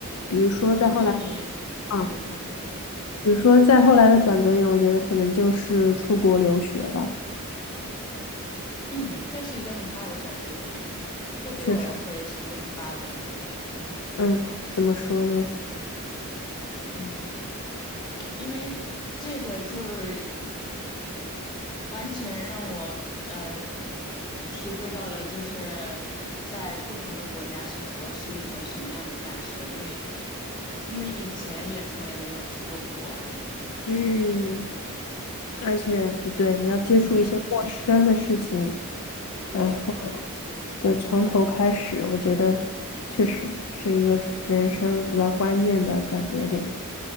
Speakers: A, on the left; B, on the left.
A: 比如说再后来，
B: 你对你，
A: 嗯，
B: 嗯，你先说。
A: 比如说再后来的转折点，我觉得可能就是出国留学吧，
B: 嗯，这是一个很大的转折点，这对我来说也是一个很大的转折点。
A: 确实，嗯，怎么说呢？
B: 嗯，因为这个就是完全让我呃体会到了，就是在不同的国家生活是一种什么样的感受。因为因为以前也从来没有出过国，
A: 嗯，而且就对，你要接触一些陌生的事情，
B: 嗯，对，
A: 然后就从头开始，我觉得确实是一个人生比较关键的转折点。